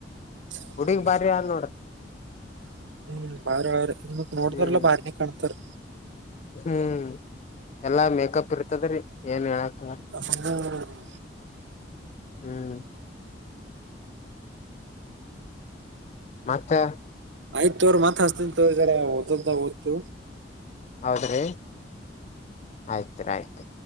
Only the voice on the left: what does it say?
ಹುಡುಗ್ ಬಾರಿ ಆದ್ ನೋಡ್ರಿ ಹ್ಮ್
ಹ್ಮ್ ಎಲ್ಲಾ ಮೇಕಪ್ ಇರ್ತದ್ರೀ ಏನ್ ಹೇಳಕ್
ಹ್ಮ್ ಮತ್ತ
ಹೌದ್ರಿ ಆಯ್ತುರಿ ಆಯ್ತು